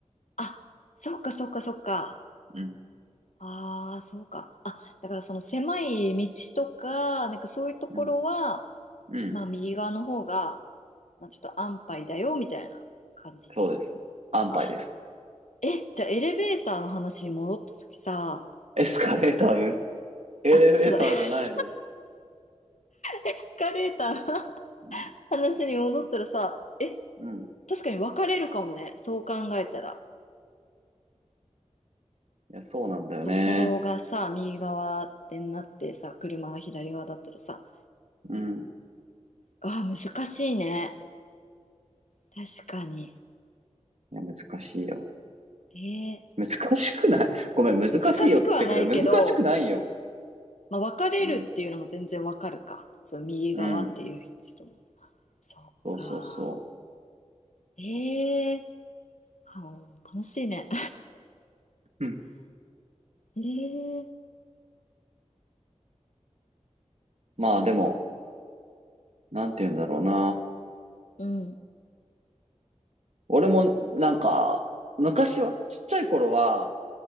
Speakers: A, on the left; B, on the right.
A: あ、そっかそっかそっか。
B: ら。うん、
A: ああ、そうか。あ、だからその狭い道とか、なんかそういうところは、
B: うん、うん、
A: まあ右側の方がまあ、ちょっと安牌だよみたいな感じってことあ、
B: そうです。安牌です。
A: え、じゃあエレベーターの話に戻った時さ、
B: エスカレーターです。エレベーターじゃないです。
A: あ、そうだ、<laughs> エスカレーターの
B: うん、
A: 話に戻ったらさ、え、
B: うん。
A: 確かに分かれるかもね、そう考えたら。
B: いや、そうなんだよね。
A: その歩道がさ、右側ってなってさ、車が左側だったらさ、
B: うん。
A: あー、難しいね。確かに。
B: いや、難しいよ。
A: え
B: 難しくないごめん、難しいよって言ったけど、
A: ー、難しくはないけど、
B: 難しくないよ。
A: まあ、分かれるっていうのも全然分かるか。
B: うん、
A: その右側っていう人も。
B: うん。
A: そっか。
B: そうそうそ
A: ええはあ、楽しいね。
B: う。うん。
A: <laughs> ええ
B: まあでも、なんて言うんだろうな。
A: うん、
B: 俺も、なんか、昔は、ちっちゃい頃は、